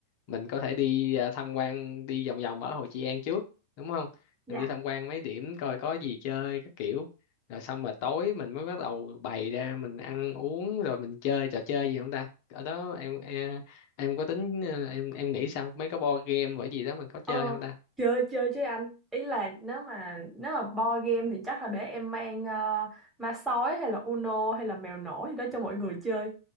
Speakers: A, on the left; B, in the centre.
A: mình có thể đi ờ, tham quan đi vòng vòng ở Hồ Chí An trước đúng không
B: dạ
A: mình đi tham quan mấy điểm coi có gì chơi các kiểu rồi xong mà tối mình mới bắt đầu bày ra mình ăn uống rồi mình chơi trò chơi gì không ta ở đó em em, em có tính ờ, em em nghĩ sao mấy cái board game bởi gì đó mình có chơi
B: Ờ,
A: không ta
B: chơi chơi chứ anh. Ý là nếu mà nếu mà board game thì chắc là để em mang ờ, ma sói hay là Uno hay là mèo nổ gì đó cho mọi người chơi.